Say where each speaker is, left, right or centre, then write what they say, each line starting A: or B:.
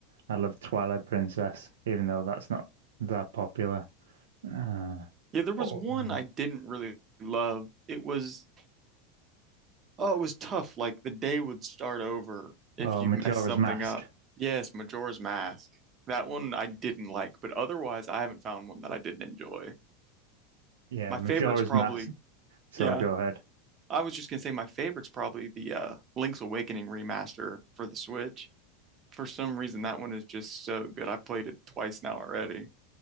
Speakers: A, on the right; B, on the right.
A: I love Twilight Princess, even though that's not that popular. Uh,
B: Yeah, there was
A: oh,
B: one
A: um,
B: I didn't really love. It was oh, it was tough. Like the day would start over if
A: oh,
B: you
A: Majora's
B: messed something
A: Mask.
B: up. Yes, Majora's Mask. That one I didn't like, but otherwise I haven't found one that I didn't enjoy.
A: Yeah,
B: My
A: Majora's
B: favorite's probably
A: Mask. So
B: yeah.
A: go ahead.
B: I was just gonna say my favorite's probably the uh Link's Awakening remaster for the Switch. For some reason that one is just so good. I've played it twice now already.